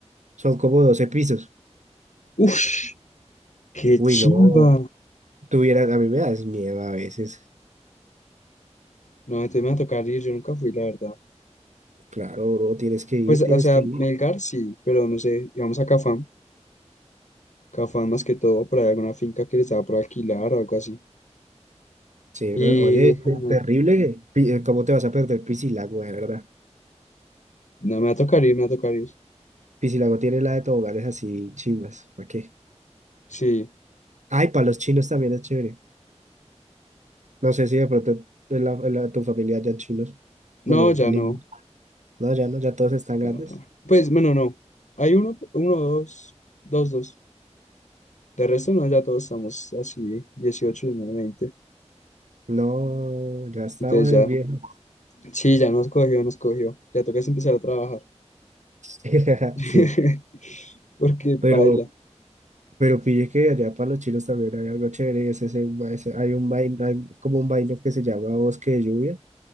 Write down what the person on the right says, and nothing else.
Son como 12 pisos.
Uy,
no, tuvieras, a mí me das miedo a veces.
Claro, bro, tienes que ir,
tienes
que ir.
Sí,
pero, oye,
te-
terrible, pi- eh, ¿cómo te vas a perder Piscilago, de verdad?
Piscilago tiene la de toboganes así chimbas, ¿para qué?
Ay, para los chinos también es chévere. No sé si de pronto en la, en la- tu familia ya chinos.
Bueno,
niños.
No, ya no, ya todos están grandes.
No, ya estamos
es
viejos.
<laughs>
Sí,
pero,
pero pille que allá para los chinos también hay algo chévere. y Es ese, ba- ese- hay un vaino, hay como un vaino que se llama bosque de lluvia.